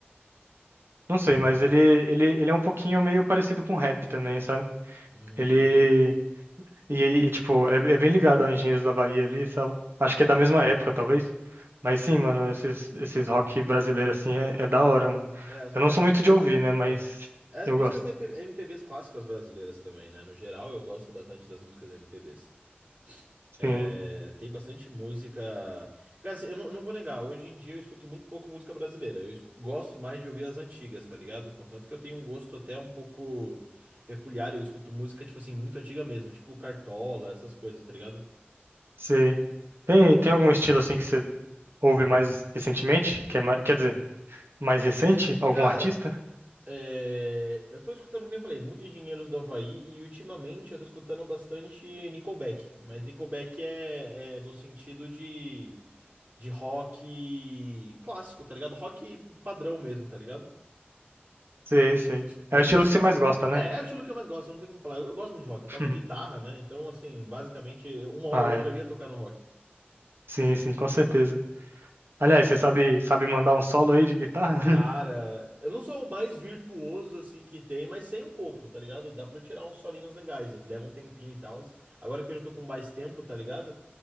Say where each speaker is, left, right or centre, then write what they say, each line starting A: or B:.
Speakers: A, on the right; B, on the right.
A: Não sei, mas ele, ele, ele é um pouquinho meio parecido com rap também, sabe?
B: Hum.
A: Ele. E, e, tipo, é, é bem ligado a Engenheiros da Bahia ali, sabe? Acho que é da mesma época, talvez. Mas sim, mano, esses, esses rock brasileiro assim é, é da hora, mano.
B: É, as,
A: Eu
B: mu-
A: não sou
B: ah,
A: muito de ouvir, né? Mas
B: aham. É, as
A: eu
B: músicas
A: gosto.
B: MP MPBs clássicas brasileiras também, né? No geral, eu gosto bastante das músicas MPBs. É,
A: Sim,
B: tem bastante música. Cara, assim, eu não, eu não vou negar, hoje em dia eu escuto muito pouco música brasileira. Eu escu- gosto mais de ouvir as antigas, tá ligado? Contanto que eu tenho um gosto até um pouco peculiar. Eu escuto música, tipo assim, muito antiga mesmo, tipo Cartola, essas coisas, tá ligado?
A: sei. Tem, tem algum estilo assim que você ouve mais recentemente? Que é mais, quer dizer, mais recente? Algum
B: Cara,
A: artista?
B: é, eu tô escutando, como eu falei, muito Engenheiros do Havaí e ultimamente eu tô escutando bastante Nickelback. Mas Nickelback é é no sentido de de rock clássico, tá ligado? Rock padrão mesmo, tá ligado?
A: Sei, sei.
B: Mas
A: É o estilo
B: e você?
A: que você mais gosta, né?
B: É, é o estilo que eu mais gosto, não tem como falar. Eu, eu gosto muito de rock, eu toco
A: <laughs>
B: guitarra, né? Então, assim, basicamente, uma hora
A: Ah,
B: ou outra
A: é.
B: eu ia tocar no rock.
A: Sim, sim, com certeza. Aliás, você sabe, sabe mandar um solo aí de guitarra?
B: Cara, eu não sou o mais virtuoso, assim, que tem, mas sei um pouco, tá ligado? Dá pra eu tirar uns solinhos legais, leva um tempinho e tal. Agora que eu já tô com mais tempo, tá ligado?